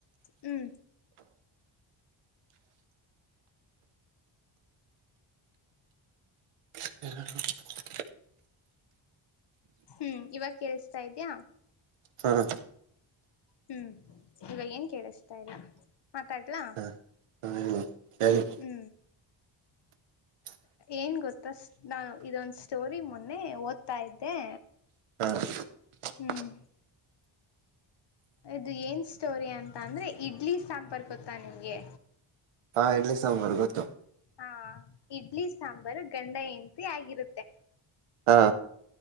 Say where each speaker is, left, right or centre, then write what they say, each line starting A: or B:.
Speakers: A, on the left (about 55°); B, on the right (about 90°).
A: ಹ್ಮ.
B: <inaudible>
A: ಹ್ಮ ಇವಾಗ ಕೇಳಿಸತಾ ಇದ್ಯಾ.
B: ಹಾ ಹಾ
A: ಹ್ಮ ಇವಾಗ ಏನ್ ಕೇಳಸ್ತಾ ಇಲ್ಲ ಮಾತಾಡ್ಲಾ.
B: ಹಾ ಹೇಳಿ ಹೇಳಿ
A: ಹ್ಮ.
B: <inaudible>
A: ಏನ್ ಗೊತ್ತ ಸ ನಾ ಇದೊಂದ ಸ್ಟೋರಿ ಮೊನ್ನೆ ಓದ್ತಾ ಇದ್ದೆ.
B: <inaudible>
A: ಹ್ಮ್ ಇದ ಏನ್ ಸ್ಟೋರಿ ಅಂತ ಅಂದ್ರೆ ಇಡ್ಲಿ ಸಂಪರ್ ಗೊತ್ತಾ ನಿಮ್ಗೆ.
B: ಆ ಇಡ್ಲಿ ಸಂವರ್ಗತ್ತು.
A: ಹಾ ಇಡ್ಲಿ ಸಾಂಬಾರ ಗಂಡ ಹೆಣ್ತಿ ಆಗಿರತ್ತೆ.
B: ಹಾ